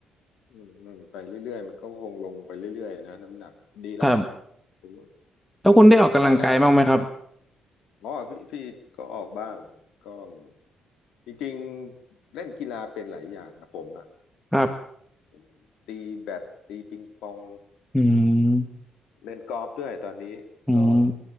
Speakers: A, on the left (about 85°); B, in the centre.
A: อืมอืมไปเรื่อยๆมันก็คงลงไปเรื่อยๆนะน้ำหนักดีแล้ว
B: ครับ
A: ผมว่า
B: แล้วคุณได้ออกกำลังกายบ้างไหมครับ
A: แล้วว่ายน้ำอ๋อพี่พี่ก็ออกบ้างก็จริงๆเล่นกีฬาเป็นหลายอย่างนะผมอะ
B: ครับ
A: ผมตีแบดตีปิงปอง
B: อืม
A: เล่นกอล์ฟด้วยตอนนี้ก็
B: อืม